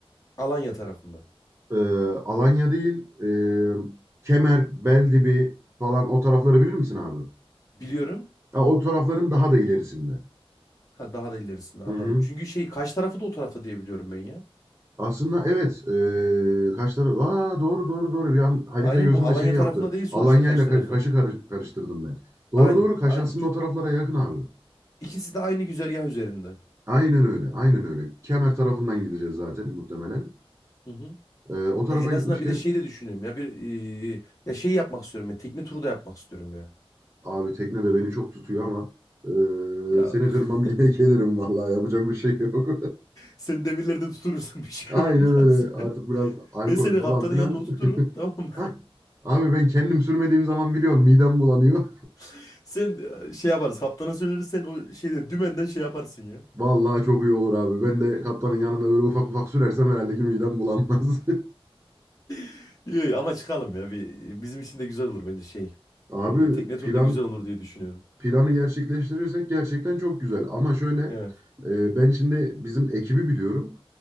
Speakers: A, on the left; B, on the right.
A: Alanya tarafında.
B: E, Alanya değil, e, Kemer, Beldibi falan o tarafları bilir misin abi?
A: Biliyorum.
B: Ha, o tarafların daha da ilerisinde.
A: Ha, daha da ilerisinde anladım.
B: Hı hı.
A: Çünkü şey Kaş tarafı da o tarafta diye biliyorum ben ya.
B: Aslında evet. E, kaç taraf? Aa, doğru doğru doğru. Bir an harita
A: Aynen
B: gözümde
A: bu Alanya
B: şey yaptı.
A: tarafında değil sonuçta
B: Alanya
A: Kaş
B: ile Ka-
A: tarafı.
B: Kaş'ı karış- karıştırdım ben. Doğru
A: Aynen.
B: doğru. Kaş
A: Aynen.
B: aslında
A: İ-
B: o taraflara yakın abi.
A: İkisi de aynı güzergah üzerinde.
B: Aynen öyle. Aynen öyle. Kemer tarafından gideceğiz zaten muhtemelen.
A: Hı hı.
B: Ee, o tarafa
A: Ya en azından
B: gitmişken
A: bir de şey de düşünüyorum ya bir e, ya şey yapmak istiyorum ya tekne turu da yapmak istiyorum ya.
B: abi tekne de beni çok tutuyor ama ee,
A: Ya
B: seni
A: <laughs>
B: kırmam yine <laughs> gelirim vallahi yapacak bir şey yok.
A: sen demirlerden tuturursun bir
B: <laughs>
A: şey
B: Aynen
A: olmaz.
B: öyle. Artık
A: <laughs>
B: biraz alkol
A: Ben seni
B: falan
A: kaptanın
B: filan.
A: yanına oturturum tamam
B: <laughs>
A: mı?
B: Hah. Abi ben kendim sürmediğim zaman biliyorsun midem bulanıyor.
A: <laughs> Sen e, şey yaparız kaptana söyleriz sen o şeyde dümenden şey yaparsın
B: <laughs>
A: ya.
B: Vallahi çok iyi olur abi. Ben de kaptanın yanında böyle ufak ufak sürersem herhalde ki midem bulanmaz.
A: <laughs> İyi, ama çıkalım ya bir bizim için de güzel olur bence şey.
B: <laughs> Abi
A: E, tekne turu
B: plan
A: da güzel olur diye düşünüyorum.
B: planı gerçekleştirirsek gerçekten çok güzel. Ama şöyle
A: Evet.
B: e, ben şimdi bizim ekibi biliyorum.